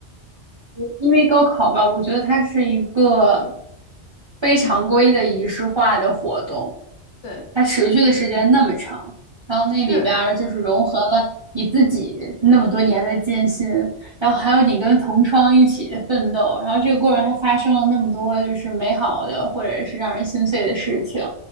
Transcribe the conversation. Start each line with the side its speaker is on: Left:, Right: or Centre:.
Right: 因为高考吧，我觉得它是一个非常规的仪式化的活动。
Left: 嗯，对，
Right: 它持续的时间那么长，然后那里边儿就是融合了你自己那么多年的艰辛，
Left: 是，
Right: 然后还有你跟同窗一起的奋斗，
Left: 嗯，
Right: 然后这个过程还发生了那么多就是美好的或者是让人心碎的事情，
Left: 对